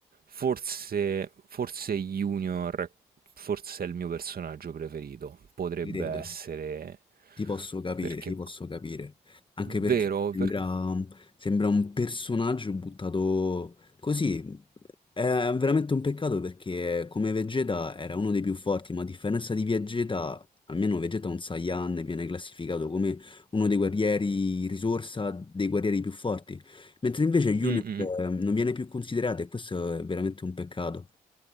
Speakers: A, on the right; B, on the left.
A: Forse, forse Junior, forse è il mio personaggio preferito. Potrebbe
B: ti credo.
A: essere
B: Ti posso capire,
A: perché
B: ti posso capire. Anche perché
A: vero?
B: sembra,
A: per-
B: sembra un personaggio buttato così. È veramente un peccato perché come Vegeta era uno dei più forti, ma a differenza di Vegeta, almeno Vegeta è un Saiyan e viene classificato come uno dei guerrieri risorsa, dei guerrieri più forti. Mentre invece Junior
A: Mm, mm.
B: eh, non viene più considerato e questo è veramente un peccato.